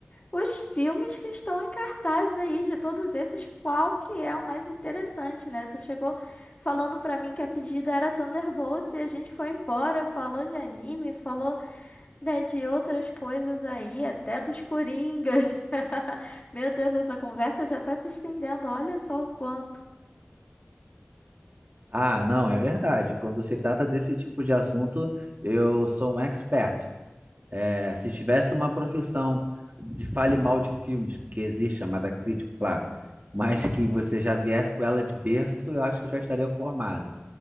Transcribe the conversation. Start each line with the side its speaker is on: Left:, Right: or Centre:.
Left: Os filmes que estão em cartaz aí, de todos esses, qual que é o mais interessante, né? Você chegou falando pra mim que a pedida era Thunderbolts e a gente foi embora, falou de anime, falou, né, de outras coisas aí, até dos Coringas. <laughs> Meu Deus, essa conversa já tá se estendendo, olha só o quanto.
Right: Ah, não, é verdade. Quando se trata desse tipo de assunto, eu sou um expert. É, se tivesse uma profissão de fale mal de filmes, que existe, chamada crítico, claro, mas que você já viesse com ela de berço, eu acho que eu já estaria formado.